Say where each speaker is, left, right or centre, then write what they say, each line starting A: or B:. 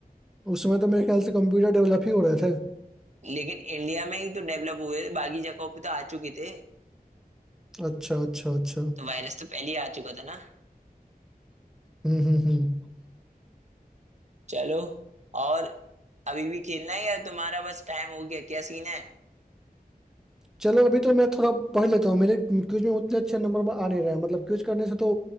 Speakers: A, in the centre; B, on the right.
A: उस समय तो मेरे ख्याल से कंप्यूटर डेवलप ही हो रहे थे
B: लेकिन इंडिया में ही तो डेवलप हुए थे बाकी जगहों पे तो आ चुके थे
A: अच्छा अच्छा अच्छा
B: तो वायरस तो पहले ही आ चुका था ना
A: हम्म हम्म हम्म
B: चलो और अभी भी खेलना है या तुम्हारा बस टाइम हो गया क्या सीन है
A: चलो अभी तो मैं थोड़ा पढ़ लेता हूँ मेरे क्विज में उतने अच्छे नंबर आ नहीं रहे हैं मतलब क्विज करने से तो